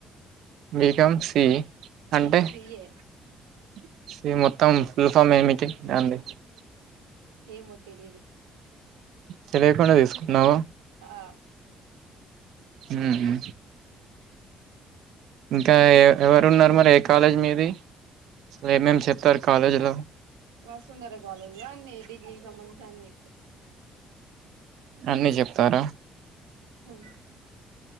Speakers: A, on the right (about 65°); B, on the right (about 80°).
A: బి కాం సి అంటే
B: ఆ సి ఎ
A: <unintelligible> మొత్తం ఫుల్ ఫామ్ ఏమిటి <unintelligible>
B: ఏమో తెలీదు
A: తేలికుండ తీసుకున్నావ
B: ఆ
A: హు హు ఇంక ఎవరు ఉన్నారు మరి ఏ కాలేజ్ మీది అసలు ఏమేమి చెప్తారు కాలేజీలో
B: వస్తుందార కాలేజ అన్ని డిగ్రీకి సంబంధించి అన్ని
A: అన్ని చెప్తారా
B: ఉ